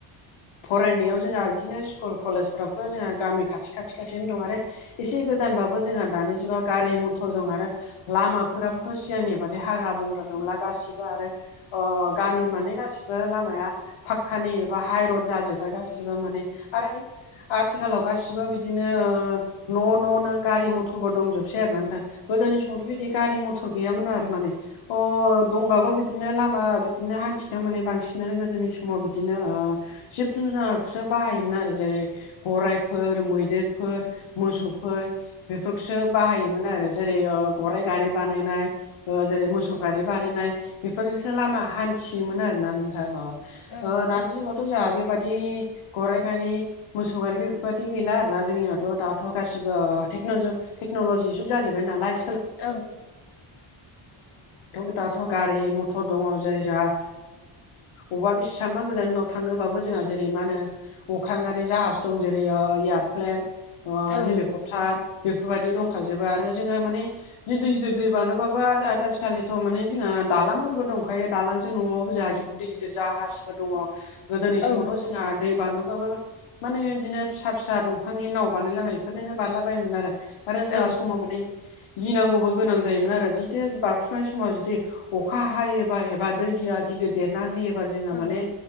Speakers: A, on the left; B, on the left.
A: फरायनायाव जोंहा इदिनो स्कुल कलेजफ्रावथ' जोंहा गामि खाथि खाथि खाथियावनो दं आरो एसे गोदानबाबो जोंहा दानि जुगाव गारि मथर दं आरो लामाफोराबोथ' सिगांनि बादि हाग्रा बंग्रा नंला गासिब आरो अ गामि माने गासिबो लामाया फाक्कानि एबा हाइरड जाजोब्बाय गासिबो माने आरो आथिखालाव गासिबो बिदिनो ओ न' न'नो गारि मथरबो दंजोबसै आरोना नोंथां। गोदोनि समावथ' बिदि गारि मथर गैयामोन आरो माने अ दंबाबो बिदिनो लामा बिदिनो हान्थिनायाव माने बांसिनानो गोदोनि समाव बिदिनो ओ जिब जुनारखोसो बाहायोमोन आरो जेरै गराइफोर मैदेरफोर मोसौफोर बेफोरखौसो बाहायोमोन आरो जेरै ओ गराइ गारि बानायनाय ओ जेरै मोसौ बारि बारायनाय बेफोरजोंसो लामा हान्थियोमोन आरोना नोंथां ओ
B: औ
A: ओ दानि जुगाव थ' जोंहा बेबादि गराय गारि मोसौ गारिबो बेफोरबादि गैला आरोना जोंनियावथ' दाथ' गासिबो टेक्न'लजि टेक्न'ल'जि जुग जाजोबबाय नालाय
B: औ औ
A: दै मथर दङ जेरै जोहा ओ अबा बेसेबांबा गोजाननाव थांनो बाबो जोंहा जेरै मा होनो अख्राङारि जाहाज दं जेरै ओ एयारप्लेन ओ
B: औ
A: हेलिक्फ थार बेफोरबायदि दंखाजोबो आरो जोङो माने गिदिर गिदिर दै बारनो आज-आजिखालि माने जोंहा दालांफोरबो दंंखायो दालांजों नङाबाबो जाहा गिदिर गिदिर जाहाजबो दङ। गोदोनि
B: औ
A: समावथ' जोंहा दै बारनोबाबो माने इदिनो फिसा फिसा दंफांनि नाव बानायलाबायो बेफोरजोंनो बारलाबायोमोन आरो। आरो जोंहा
B: औ
A: समाव माने गिनांगौबो गोनां जायोमोन आरो जिहथे बारफुनाय समाव जुदि अखा हायोबा एबा दैगिया गिदिर देरना होयोबा जोंहा
B: औ
A: माने
B: औ